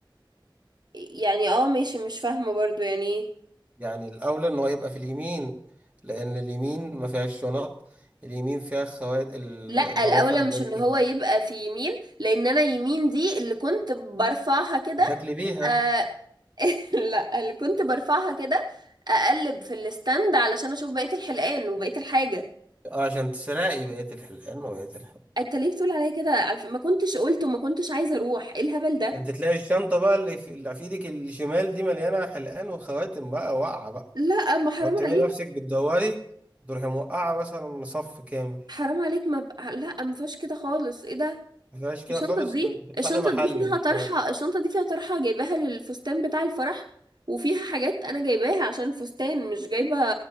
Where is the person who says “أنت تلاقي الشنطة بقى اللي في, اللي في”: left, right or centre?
Right